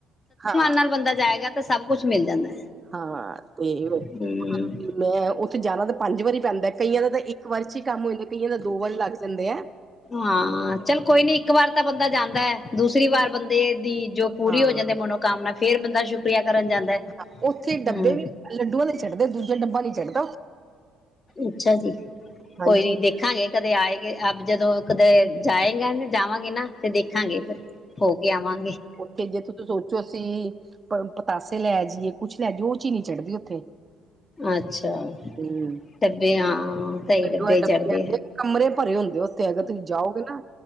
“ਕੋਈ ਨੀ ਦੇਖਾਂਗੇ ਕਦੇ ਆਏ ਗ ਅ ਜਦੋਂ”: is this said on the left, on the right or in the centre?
Left